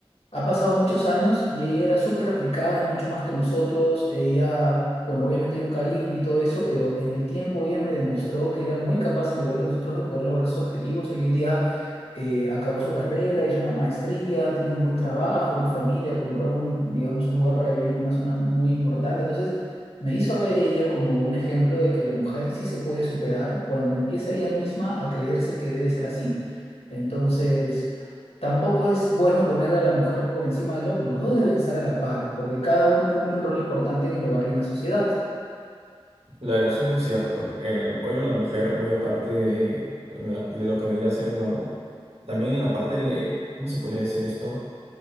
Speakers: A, on the left; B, on the right.
A: ha pasado muchos años y ella era súper aplicada, mucho más que nosotros. Ella, bueno, obviamente hay un cariño y todo eso, pero en el tiempo ella me demostró que era muy capaz, al igual que nosotros, de poder lograr sus objetivos. Hoy en día eh, acabó su carrera, hizo una maestría, tiene un buen trabajo, una familia, compró un, digamos, un lugar para vivir en una zona muy importante. Entonces, me hizo ver ella como un ejemplo de que la mujer sí se puede superar cuando empieza ella misma a creerse que debe ser así. Entonces, tampoco es bueno poner a la mujer por encima del hombre. Los dos deben estar a la par, porque cada uno cumple un rol importante en el hogar y en la sociedad.
B: Claro, eso es muy cierto. El pollo de la mujer, muy aparte de, la- de lo que vendría a ser en lo... También en la parte de... ¿Cómo se podría decir esto?